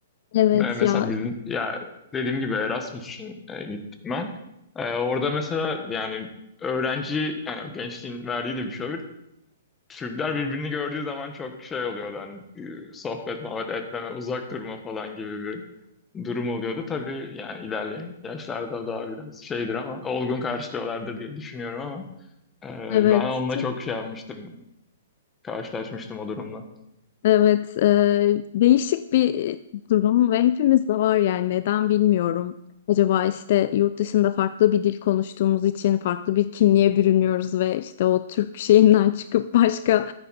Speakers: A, on the left; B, on the left.
A: Evet
B: E, mesela
A: ya
B: bizim ya dediğim gibi Erasmus için e, gittim ben. E, orada mesela yani öğrenci yani gençliğin verdiği de bir şey olur. Türkler birbirini gördüğü zaman çok şey oluyordu hani e, sohbet muhabbet etmeme uzak durma falan gibi bir durum oluyordu. Tabii yani ilerleyen yaşlarda daha biraz şeydir ama olgun karşılıyorlardır diye düşünüyorum ama e,
A: evet
B: ben onunla
A: çok
B: çok şey yapmıştım karşılaşmıştım o durumla.
A: evet e, değişik bir durum ve hepimizde var yani neden bilmiyorum. Acaba işte yurt dışında farklı bir dil konuştuğumuz için farklı bir kimliğe bürünüyoruz ve işte o Türk şeyinden <laughs> çıkıp başka